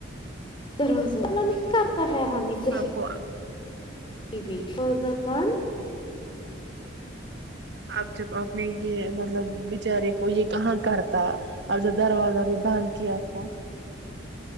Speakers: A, on the left; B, on the right.
A: در روزنا نہیں کرتا ہے ہمیں کہیں
B: آپ کو
A: بی فوضہ بند
B: اب جب اپنے یہ مطلب بیچارے کو یہ کہاں کرتا اب جب دروازہ بھی بند کیا تھا